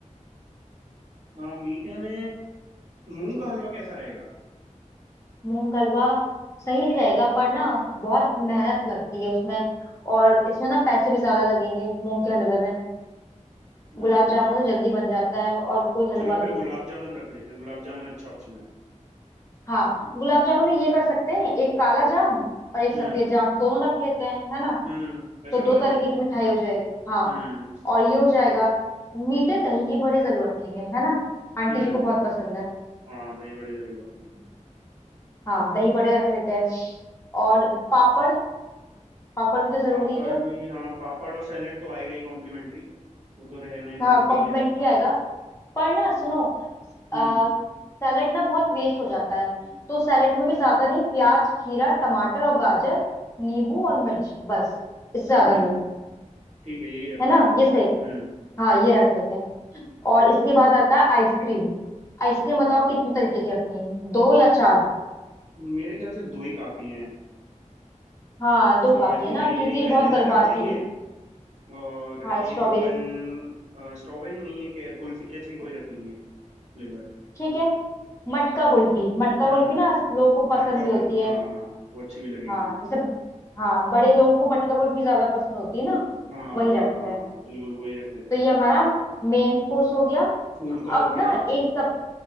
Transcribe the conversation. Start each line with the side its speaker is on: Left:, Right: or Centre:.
Right: हाँ मीठे में मूंग का हलवा कैसा रहेगा
Left: मूंग का हलवा सही रहेगा पर ना बहुत मेहनत लगती है उसमें और इसमें ना पैसे भी ज्यादा लगेंगे मूंग के हलवे में
Right: हम्म
Left: गुलाब जामुन तो जल्दी बन जाता है और कोई हलवा
Right: चलो फिर
Left: भी
Right: गुलाब जामुन रख लेते हैं गुलाब जामुन अच्छा ऑप्शन है
Left: हाँ गुलाब जामुन में ये कर सकते हैं एक काला जाम और एक
Right: हम्म
Left: सफेद जाम दोनों रख लेते हैं है ना
Right: हम्म ऐसा
Left: तो दो
Right: कर लेते
Left: तरीके
Right: हैं
Left: की मिठाई हो जाएगी हाँ
Right: हम्म
Left: और ये हो जाएगा मीठे दही बड़े जरूर रखेंगे है ना आंटी
Right: हम्म
Left: जी को बहुत पसंद है
Right: हाँ दही बड़े जरूर रखना
Left: हाँ दही बड़े रख लेते हैं और पापड़ पापड़ भी तो जरूरी
Right: पापड़
Left: है
Right: भी हाँ पापड़ और सैलेड तो आएगा ही कॉम्प्लीमेंट्री वो तो रहने
Left: हाँ
Right: जरूरी
Left: कॉम्प्लीमेंट्री
Right: है
Left: आएगा पर ना सुनो
Right: हम्म
Left: आ, सैलेड ना बहुत वेस्ट हो जाता है तो सैलेड में भी ज्यादा नहीं प्याज खीरा टमाटर और गाजर नींबू और मिर्च बस इससे ज्यादा
Right: हम्म
Left: नहीं
Right: ठीक है यही रख
Left: है
Right: लेंगे
Left: ना
Right: हम्म
Left: ये सही हाँ ये रख लेंगे और इसके बाद आता है आइसक्रीम आइसक्रीम बताओ कितने तरीके की रखनी है दो या चार
Right: मेरे ख्याल से दो ही काफी हैं
Left: हाँ दो
Right: दो
Left: काफी
Right: आइसक्रीम
Left: है ना
Right: चाहिए
Left: क्योंकि
Right: एक
Left: बहुत
Right: वेनिला
Left: बर्बादी
Right: रख लेंगे
Left: है
Right: और
Left: हाँ
Right: एक
Left: स्ट्रॉबेरी
Right: अपन स्ट्रॉबेरी नहीं एक कुल्फी जैसी कोई रख लेंगे फ्लेवर
Left: ठीक है मटका कुल्फी मटका
Right: हम्म
Left: कुल्फी ना लोगों को पसंद
Right: मटका
Left: भी होती
Right: गुल
Left: है
Right: हाँ वो अच्छी भी लगेगी
Left: हाँ जैसे हाँ बड़े लोगों को मटका कुल्फी ज्यादा पसंद होती है ना
Right: हाँ हाँ
Left: वही
Right: हाँ
Left: रखते
Right: हाँ
Left: हैं
Right: हाँ, बिल्कुल वही रख लेते
Left: तो ये
Right: हैं
Left: हमारा मेन कोर्स हो गया
Right: फूड का
Left: अब
Right: हो गया
Left: ना एक सब